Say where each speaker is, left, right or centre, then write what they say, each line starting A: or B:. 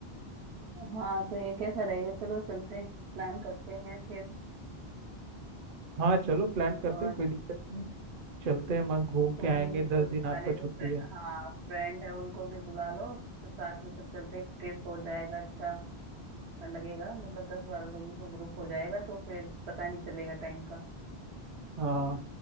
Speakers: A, on the right (about 80°); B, on the right (about 60°).
A: हाँ तो ये कैसा रहेगा चलो चलते हैं प्लान करते हैं फिर
B: हाँ चलो प्लान करते
A: और
B: कोई दिक्कत नहीं चलते हैं मस्त घूम
A: तुम
B: के आएंगे दस
A: जो
B: दिन
A: तुम्हारे
B: आपका छुट्टी
A: जो फ्रे,
B: है
A: हाँ फ्रेंड है उनको भी बुला लो फिर साथ में सब चलते हैं ट्रिप हो जाएगा अच्छा लगेगा मतलब दस बारह लोगों का ग्रुप हो जाएगा तो फिर पता नहीं चलेगा टाइम का
B: हाँ